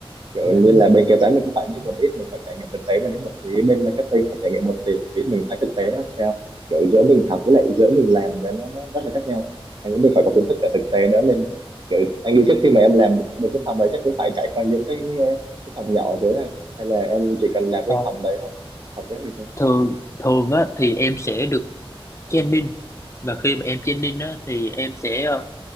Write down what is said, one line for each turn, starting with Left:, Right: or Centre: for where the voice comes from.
Right: kiểu
Left: về
Right: như
Left: đó nữa
Right: là bên kế toán mình cũng phải biết một ít mình phải trải nghiệm thực tế và đến một tí bên marketing phải trải nghiệm một tí mình thấy thực tế nó sao kiểu giữa mình học với lại giữa mình làm với nó nó rất là khác nhau anh nghĩ mình phải có kiến thức cả thực tế nữa nên kiểu anh nghĩ trước khi mà em làm được được cái phòng đấy chắc cũng phải trải qua những cái cái phòng nhỏ dưới à hay là em chỉ cần làm
Left: Ờ,
Right: cái phòng đấy thôi học kế hoạch thôi
Left: thường thường á thì em sẽ được training và khi mà em training á thì em sẽ ờ,